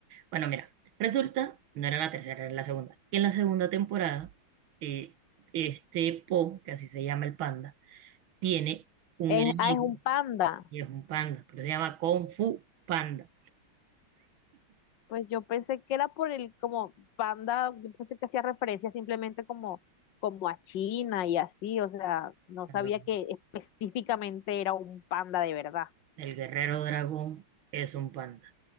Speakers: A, on the right; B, on the left.
A: Bueno, mira, resulta, no era la tercera, era la segunda. Y en la segunda temporada, eh, este Po, que así se llama el panda, tiene un
B: Es,
A: enemigo
B: ah, es un panda.
A: y es un panda, pero se llama Kung Fu Panda.
B: Pues yo pensé que era por el como panda, yo pensé que hacía referencia simplemente como, como a China y así, o sea, no
A: Perdón,
B: sabía que específicamente era un panda de verdad.
A: El guerrero dragón es un panda.